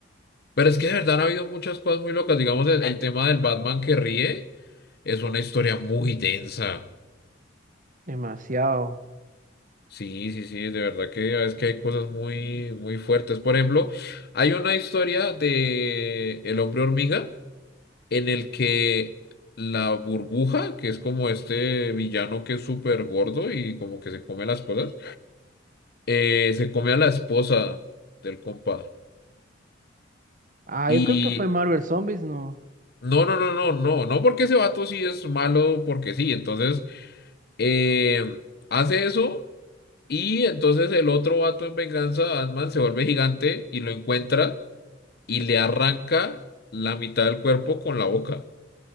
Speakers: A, on the left (about 50°); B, on the right (about 40°).
A: Pero es que de verdad han habido muchas cosas muy locas. Digamos, el, el tema del Batman que ríe es una historia muy densa.
B: Demasiado.
A: Sí, sí, sí, de verdad que es que hay cosas muy, muy fuertes. Por ejemplo, hay una historia de El hombre hormiga en el que la burbuja, que es como este villano que es súper gordo y como que se come las cosas, eh, se come a la esposa del compa.
B: Ah,
A: Y
B: yo creo que fue Marvel Zombies, ¿no?
A: no, no, no, no, no, no porque ese vato sí es malo, porque sí. Entonces, eh, hace eso y entonces el otro vato en venganza, Ant-Man, se vuelve gigante y lo encuentra. y le arranca la mitad del cuerpo con la boca.